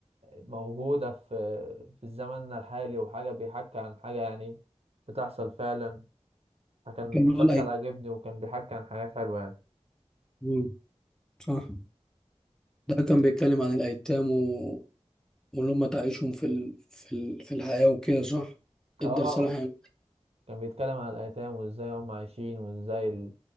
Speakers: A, on the right; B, in the centre.
A: موجوده في في الزمن الحالي وحاجه بيحكي عن حاجه يعني بتحصل فعلا فكان
B: كان
A: مسلسل
B: بيقول أي...
A: عجبني وكان بيحكي عن حاجات حلوه يعني
B: مم، صح ده كان بيتكلم عن الأيتام و... واللي هم تعيشهم في ال... في ال... في الحياة وكده صح ادى
A: اه
B: رسالة حلوة
A: كان بيتكلم عن الأيتام وإزاي هم عايشين وإزاي ال-